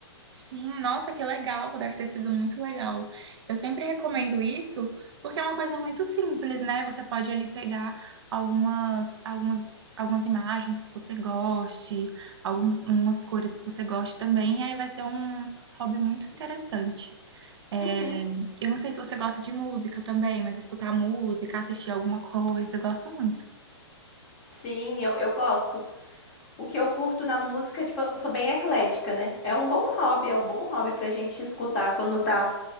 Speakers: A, on the right; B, on the left.
A: Sim, nossa, que legal, deve ter sido muito legal. Eu sempre recomendo isso porque é uma coisa muito simples, né? Você pode ali pegar algumas, algumas, algumas imagens que você goste, algumas umas cores que você goste também, e aí vai ser um hobby muito interessante. É,
B: Uhum.
A: eu não sei se você gosta de música também, mas escutar música, assistir alguma coisa, eu gosto muito.
B: Sim, eu, eu gosto. O que eu curto na música, tipo, eu sou bem eclética, né? É um bom hobby, é um bom hobby pra gente escutar quando tá